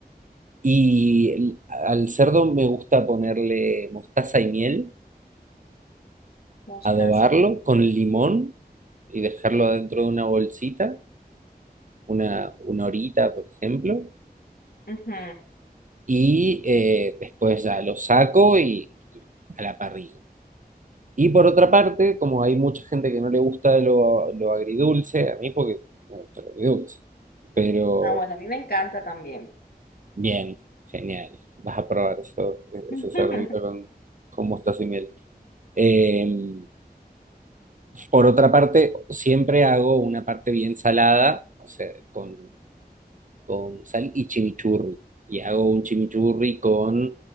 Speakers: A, on the right (about 50°); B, on the left (about 70°).
A: y el- al cerdo me gusta ponerle mostaza y miel
B: mostaza.
A: adobarlo con limón y dejarlo dentro de una bolsita, una, una horita, por ejemplo,
B: Ujú.
A: y eh, después ya lo saco y, y a la parrilla. Y por otra parte, como hay mucha gente que no le gusta lo, lo agridulce, a mí porque me gusta lo agridulce, pero
B: Ah, bueno, a mí me encanta también.
A: bien, genial, vas a probar eso,
B: <laughs>
A: ese cerdito con, con mostaza y miel. Em, por otra parte, siempre hago una parte bien salada, o sea, con con sal y chimichurri. Y hago un chimichurri con